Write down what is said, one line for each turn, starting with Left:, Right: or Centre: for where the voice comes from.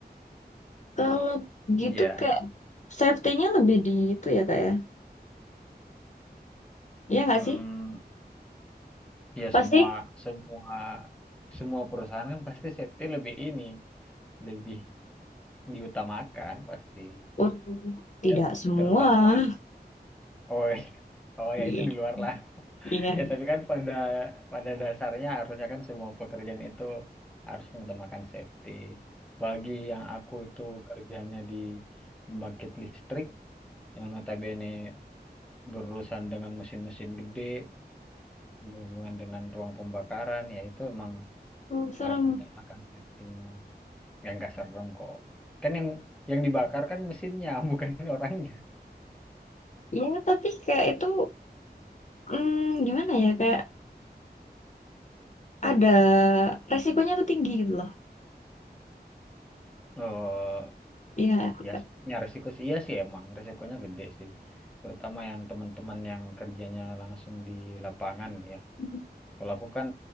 Left: kalau gitu
Centre: Iya.
Left: kayak safety-nya lebih di itu ya Kak ya. iya nggak
Centre: Hmm,
Left: sih?
Centre: ya
Left: Pasti.
Centre: semua semua semua perusahaan kan pasti safety lebih ini, lebih diutamakan pasti.
Left: Oh, tidak
Centre: ya
Left: semua.
Centre: terutama oh <laughs> oh
Left: <laughs>
Centre: ya itu
Left: Iya.
Centre: di luar lah
Left: Iya.
Centre: <laughs> ya tapi kan pada pada dasarnya harusnya kan semua pekerjaan itu harus mengutamakan safety apalagi yang aku itu kerjanya di pembangkit listrik yang notabene berurusan dengan mesin-mesin gede berhubungan dengan ruang pembakaran ya itu emang
Left: Oh, serem.
Centre: harus ditamakan safety-nya ya nggak serem kok kan yang yang dibakar kan mesinnya <laughs> bukan orangnya
Left: Ya, tapi kayak itu mm, gimana ya kayak ada resikonya tuh tinggi gitu loh.
Centre: Oh
Left: Iya,
Centre: Ya,
Left: Kak.
Centre: ya resiko sih, iya sih emang resikonya gede sih. Terutama yang teman-teman yang kerjanya langsung di lapangan ya.
Left: Mhm.
Centre: Kalau aku kan